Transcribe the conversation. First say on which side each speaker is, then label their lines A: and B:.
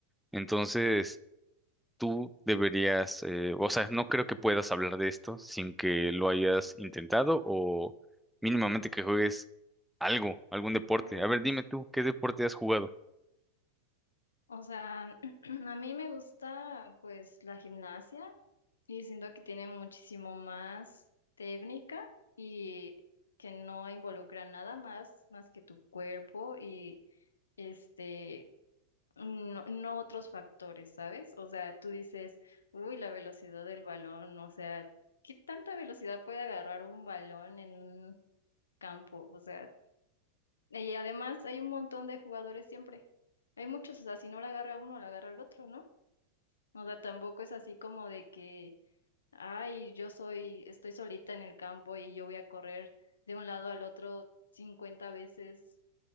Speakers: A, in the centre; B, on the left.
A: Entonces, tú deberías, eh, o sea, no creo que puedas hablar de esto sin que lo hayas intentado o mínimamente que juegues algo, algún deporte.
B: Pues
A: A ver, dime tú, ¿qué deporte has jugado?
B: O sea, <clears throat> a mí me gusta pues la gimnasia y siento que tiene muchísimo más técnica y que no involucra nada más más que tu cuerpo y este no, no otros factores, ¿sabes? O sea, tú dices, uy, la velocidad del balón, o sea, ¿qué tanta velocidad puede agarrar un balón en campo, o sea, y además hay un montón de jugadores siempre. Hay muchos, o sea, si no la agarra uno, la agarra el otro, ¿no? O sea, tampoco es así como de que, ay, yo soy, estoy solita en el campo y yo voy a correr de un lado al otro 50 veces.